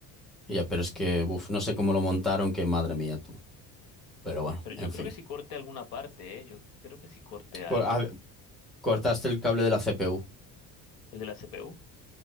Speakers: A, in the centre; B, on the left (about 65°).
A: Ya, pero es que, uf, no sé cómo lo montaron, que madre mía tú. Pero bueno,
B: Pero yo
A: en
B: creo
A: fin.
B: que sí corté alguna parte, ¿eh? Yo creo que sí corté algo.
A: Co- a- cortaste el cable de la CPU.
B: El de la CPU.